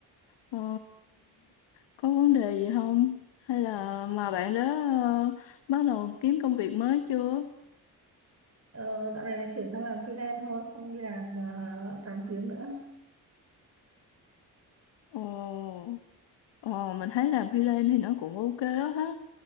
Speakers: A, on the left; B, on the right.
A: ờ, có vấn đề gì không? Hay là mà bạn đã ờ, bắt đầu kiếm công việc mới chưa?
B: ờ, dạo này là chuyển sang làm freelance thôi, không đi làm uh, 8 tiếng nữa.
A: Ồ, ờ, mình thấy làm freelance thì nó cũng ok á ha.